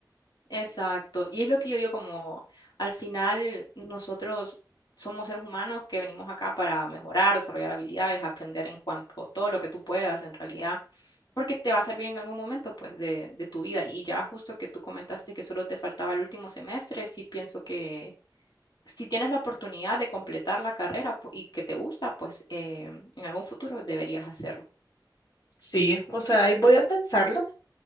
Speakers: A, on the left; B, on the left.
A: Exacto. Y es lo que yo digo como al final nosotros somos seres humanos que venimos acá para mejorar, desarrollar habilidades, aprender en cuanto todo lo que tú puedas en realidad, porque te va a servir en algún momento pues de, de tu vida. Y ya justo que tú comentaste que solo te faltaba el último semestre, sí pienso que si tienes la oportunidad de completar la carrera pu- y que te gusta, pues eh, en algún futuro deberías hacerlo.
B: Sí, o sea, ahí voy a pensarlo,